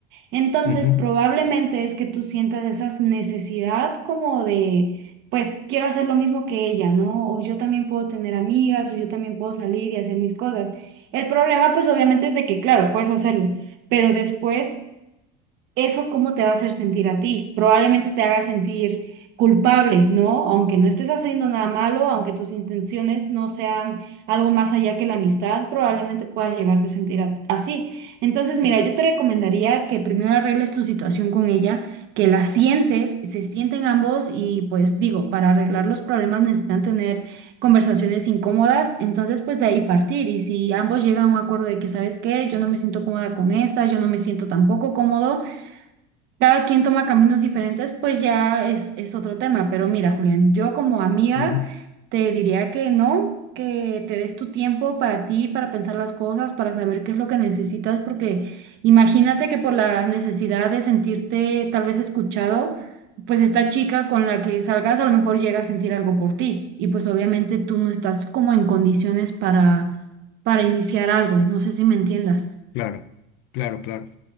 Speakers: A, on the right (about 55°); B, on the left (about 60°).
A: Entonces,
B: Ujú,
A: probablemente es que tú sientas esa necesidad como de pues quiero hacer lo mismo que ella, ¿no? O yo también puedo tener amigas, o yo también puedo salir y hacer mis cosas. El problema pues obviamente es de que claro, puedes hacerlo pero después eso cómo te va a hacer sentir a ti. Probablemente te haga sentir culpable, ¿no? Aunque no estés haciendo nada malo, aunque tus intenciones no sean algo más allá que la amistad, probablemente puedas llegarte a sentir a- así. Entonces, mira, yo te recomendaría que primero arregles tu situación con ella, que la sientes, se sienten ambos y pues digo, para arreglar los problemas necesitan tener conversaciones incómodas, entonces pues de ahí partir y si ambos llegan a un acuerdo de que, ¿sabes qué? Yo no me siento cómoda con esta, yo no me siento tampoco cómodo, cada quien toma caminos diferentes, pues ya es, es otro tema. Pero mira, Julián, yo como amiga
B: ujú,
A: te diría que no, que te des tu tiempo para ti, para pensar las cosas, para saber qué es lo que necesitas, porque imagínate que por la necesidad de sentirte tal vez escuchado, pues esta chica con la que salgas a lo mejor llega a sentir algo por ti y pues obviamente tú no estás como en condiciones para, para iniciar algo. No sé si me entiendas.
B: claro, claro, claro.